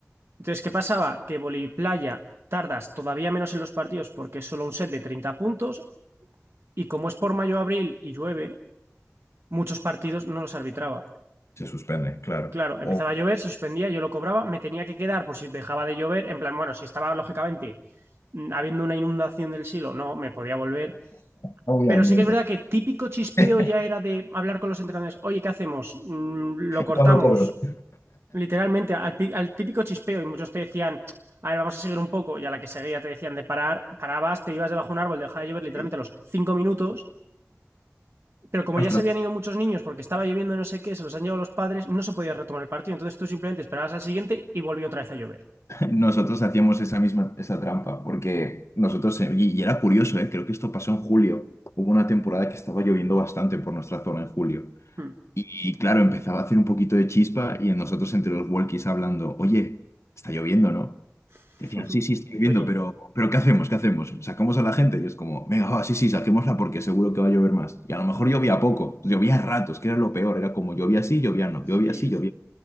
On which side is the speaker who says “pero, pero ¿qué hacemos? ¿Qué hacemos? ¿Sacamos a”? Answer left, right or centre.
Left